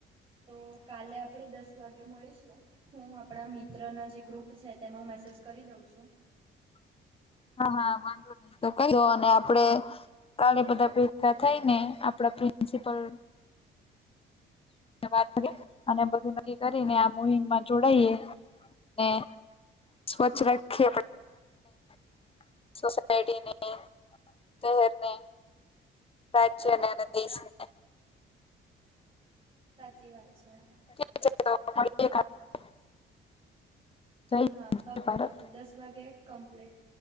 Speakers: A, on the right; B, on the left.
A: તો કાલે આપણેે દસ વાગે મળીશું. હું આપણા મિત્રના જે ગ્રુપ છે તેમાં હું મેસેજ કરી દઉં છું
B: હા હા વાંધો ની તો કઇ દો અને આપડે કાલે બધા ભેગા થઈને આપડા પ્રિન્સિપલ વાત કરી અને બધું નક્કી કરીને આ <unintelligible> જોડાઈએ ને સ્વચ્છ રાખીએ <unintelligible> સોસાયટીની, શહેરની રાજ્યને અને દેશને
A: સાચી વાત છે.
B: <unintelligible> જય હિન્દ
A: હા પાકું
B: જય ભારત
A: પાકું દસ વાગે કંપ્લેટ